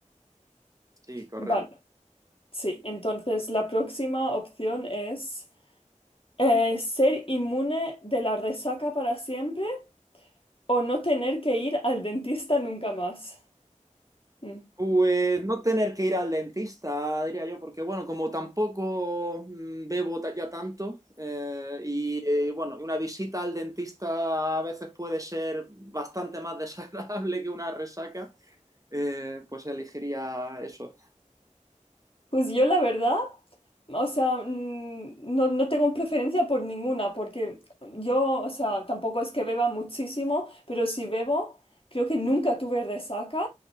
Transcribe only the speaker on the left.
Vale, sí, entonces la próxima opción es eh, ser inmune de la resaca para siempre o no tener que ir al dentista nunca más. Mm.
Pues yo la verdad... O sea, mm, no, no tengo preferencia por ninguna, porque yo, o sea, tampoco es que beba muchísimo, pero si bebo, creo que nunca tuve resaca.